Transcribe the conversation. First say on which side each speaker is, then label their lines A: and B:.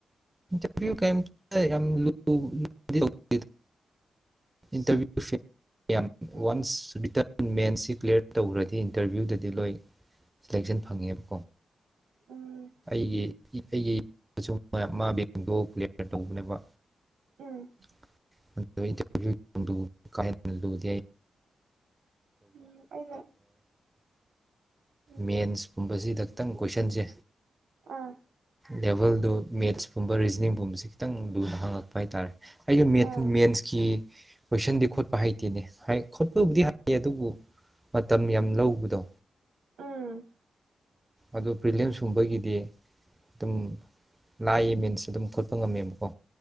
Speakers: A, on the right; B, on the right.
A: ꯏꯟꯇꯔꯚꯌꯨ ꯀꯩ ꯌꯥꯝ <inaudible> <unintelligible> ꯏꯟꯇꯔꯚ꯭ꯌꯨ ꯁꯦ ꯌꯥꯝ
B: ꯎꯝ
A: ꯋꯥꯟꯇꯁ <unintelligible> ꯃꯦꯟꯁꯤ ꯀ꯭ꯂꯤꯌꯥꯔ ꯇꯧꯈ꯭ꯔꯗꯤ ꯏꯟꯇꯔꯚꯤꯌꯨꯗꯗꯤ ꯂꯣꯏ ꯁꯦꯂꯦꯛꯁꯟ ꯐꯪꯉꯦꯕꯀꯣ
B: ꯎꯝ
A: ꯑꯩꯒꯤ ꯑꯩꯒꯤ ꯃꯥ ꯕꯦꯡꯗꯣ ꯀ꯭ꯂꯤꯌꯥꯔ ꯇꯧꯕꯅꯦꯕ
B: ꯎꯝ
A: <unintelligible>
B: ꯎꯝ ꯑꯩꯅ ꯎꯝ
A: ꯃꯦꯟꯁ ꯄꯨꯝꯕꯁꯤꯗꯛꯇꯪ ꯀꯣꯏꯁꯟꯁꯦ
B: ꯑꯥ
A: ꯂꯦꯕꯜ ꯗꯣ ꯃꯦꯠꯁ ꯁꯨꯝꯕ ꯔꯤꯖꯅꯤꯡꯒꯨꯝꯕꯁꯦ ꯈꯤꯇꯪ ꯂꯨꯅ ꯍꯪꯉꯛꯄ ꯍꯥꯏꯇꯥꯔꯦ ꯑꯩꯒꯤ
B: ꯑꯥ
A: ꯃꯦꯟꯁꯀꯤ ꯀꯣꯏꯁꯟꯗꯤ ꯈꯣꯠꯄ ꯍꯩꯇꯦꯅꯦ ꯍꯩ ꯈꯣꯠꯄꯕꯨꯗꯤ ꯍꯩ ꯑꯗꯨꯕꯨ ꯃꯇꯝ ꯌꯥꯝ ꯂꯧꯕꯗꯣ
B: ꯎꯝ
A: ꯑꯗꯨ ꯄ꯭ꯔꯤꯂꯤꯌꯝ ꯀꯨꯝꯕꯒꯤꯗꯤ ꯑꯗꯨꯝ ꯂꯥꯏꯑꯦ ꯃꯦꯟꯁꯀꯤ ꯑꯗꯨꯝ ꯈꯣꯠꯄ ꯉꯝꯃꯦꯕꯀꯣ